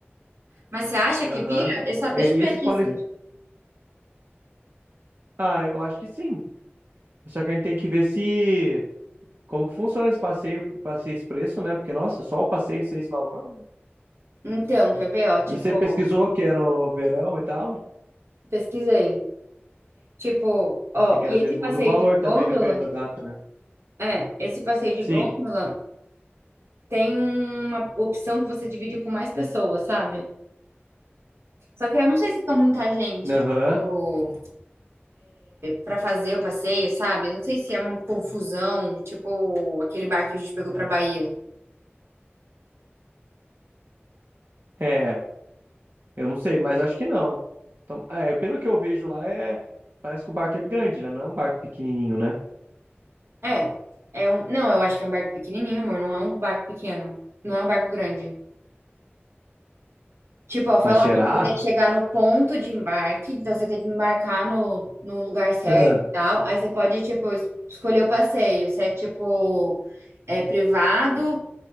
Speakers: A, on the right; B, on the right.
A: Mas você acha
B: Aham.
A: que pira? Eu só, deixa
B: É, e
A: eu ver
B: esse
A: aqui.
B: poli...
A: se-
B: Ah, eu acho que sim. Só que a gente tem que ver se como que funciona esse passeio, passeio expresso, né? Porque, nossa, só o passeio sem esse valor, né?
A: Então, quer ver, ó? Tipo,
B: E você pesquisou que é no verão e tal?
A: pesquisei. Tipo, ó,
B: Porque
A: e
B: às vezes
A: esse passeio
B: muda o valor
A: de
B: também,
A: gôndola?
B: depende da data, né?
A: É, esse passeio de
B: Sim.
A: gôndola tem uma opção que você divide com mais pessoas, sabe? Só que eu não sei se fica muita gente,
B: Aham.
A: tipo. para fazer o passeio, sabe? Não sei se é uma confusão, tipo aquele barco que a gente pegou pra Bahia.
B: É. Eu não sei, mas acho que não. Então, é, pelo que eu vejo lá, é. Parece que o barco é grande, né? Não é um barco pequenininho, né?
A: É, é um, não, eu acho que é um barco pequenininho, amor, não é um barco pequeno, não é um barco grande. Tipo, ó, falam
B: Mas será?
A: que você tem que chegar no ponto de embarque, então você tem que embarcar no, no lugar certo
B: É.
A: e tal. Aí você pode, tipo, es- escolher o passeio, se é tipo é privado,